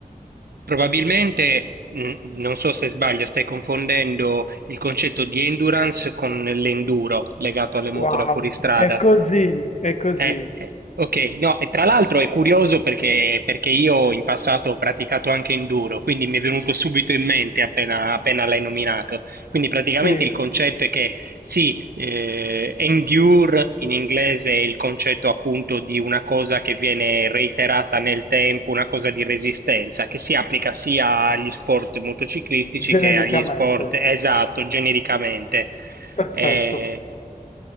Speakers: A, on the right (about 85°); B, on the left (about 50°).
A: Probabilmente, mh, non so se sbaglio, stai confondendo il concetto di endurance con l'enduro legato alle moto
B: wow,
A: da fuoristrada.
B: è così, è così,
A: Eh, eh, ok, no, e tra l'altro è curioso perché, perché io in passato ho praticato anche enduro, quindi mi è venuto subito in mente appena, appena l'hai nominato. Quindi praticamente
B: sì,
A: il concetto è che sì, eh, endure in inglese è il concetto appunto di una cosa che viene reiterata nel tempo, una cosa di resistenza, che si applica sia agli sport motociclistici
B: genericamente,
A: che agli sport, esatto, genericamente.
B: perfetto.
A: Eh,